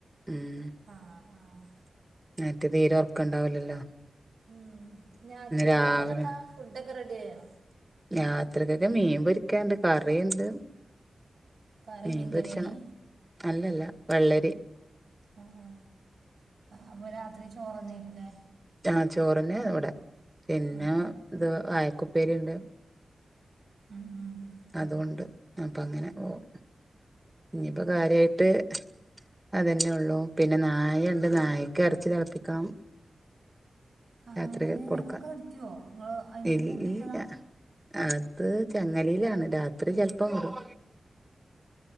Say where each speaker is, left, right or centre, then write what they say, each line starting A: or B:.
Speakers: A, on the right; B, on the right.
A: ഉം
B: ആഹ് ആഹ്
A: മറ്റേത് തീരെ ഉറക്ക് ഉണ്ടാവലല്ലോ.
B: ഉം രാത്രി
A: രാവിലെ
B: കക് ഇപ്പോഴത്താ ഫുഡൊക്കെ റെഡിഅയയോ
A: രാത്രയ്ക്കൊക്ക് മീൻ പൊരിക്കാണ്ട് കറിയുണ്ട്.
B: കറി
A: മീൻമ്പരിച്ചണം
B: മീൻകറിയേനി
A: അല്ലല്ല വെള്ളരി
B: ആ അപ്പൊ രാത്രി ചോറ്ന്നേക്കൂലേ?
A: ആഹ ചോറിന്നെ ഇവിടെ പിന്നെ
B: ഉം
A: ഇത് വായക്കുപ്പേരി ഉണ്ട്.
B: ആഹ്
A: അതുകൊണ്ട് അപ്പൊ അങ്ങനെ പോകും ഇനിയിപ്പോ
B: ഉം ഉം
A: കാര്യമായിട്ട്. അതന്നെ ഉള്ളു പിന്നെ നായ ഉണ്ട് നായക്ക് ഇറച്ചി തിളപ്പിക്കണം.
B: ആ
A: രാത്രി
B: അതിനെ
A: കൊടുക്കാൻ
B: കടിക്കുവോ നിങ്ങള് അതിന്
A: ഇല്ല
B: പൂട്ടിട്ടതാ
A: അത് ചങ്ങലയിലാണ് രാത്രി ചെലപ്പം വിടും.